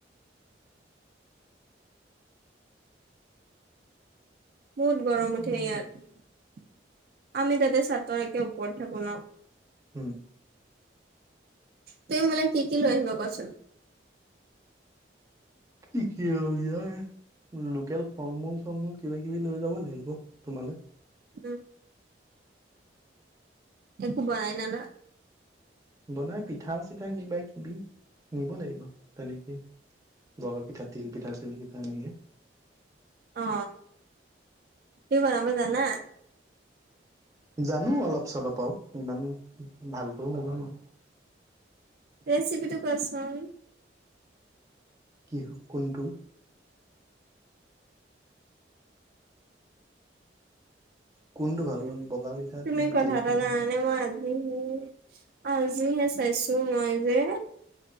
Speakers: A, on the right; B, on the right.
A: বহুত গৰম
B: উম
A: উঠে ইয়াত আমি তাতে চাটৰ একে ওপৰত থাকো ন
B: হম।
A: তুমি মোলৈ কি কি লৈ আহিবা কচোন।
B: কি কি ই <unintelligible> লোকেল ফল মূল চল মূল কিবা কিবি লৈ যাব লাগিব তোমালে।
A: উম। একো বনাই নাই
B: বনাই পিঠা চিৰা কিবা কিবি নিব লাগিব তেনেকে। বগা পিঠা তিল পিঠা চিল পিঠা এনেকে
A: অ তুমি বনবা জানা।
B: জানো অলপ চলপ আৰু ইমান ভালকৈ নাজানো।
A: ৰেচিপিটো কোৱাচন।
B: কি হ'ল কোনটো কোনটো ভাগৰ
A: উ
B: বগা পিঠা
A: তুমি
B: নে
A: কথা
B: তিল
A: এটা
B: পিঠা
A: জানানে মই আজিহে পাহৰিছো। আজিহে চাইছোঁ মই যে,